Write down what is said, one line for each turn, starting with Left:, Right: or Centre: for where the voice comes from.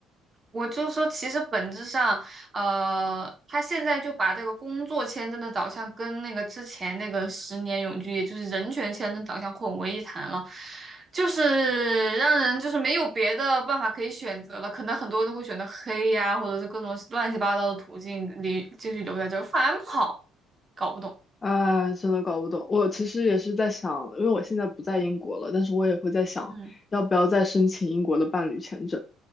Right: 我就说，其实本质上，呃，他现在就把这个工作签证的导向跟那个之前那个十年永居，也就是人权签证导向混为一谈了，就是让人就是没有别的办法可以选择了。可能很多人都会选择黑呀，或者是各种乱七八糟的途径里继续留在这儿，反而不好，搞不懂。
Left: 啊，真的搞不懂。我其实也是在想，因为我现在不在英国了，但是我也会在想，
Right: 嗯
Left: 要不要再申请英国的伴侣签证。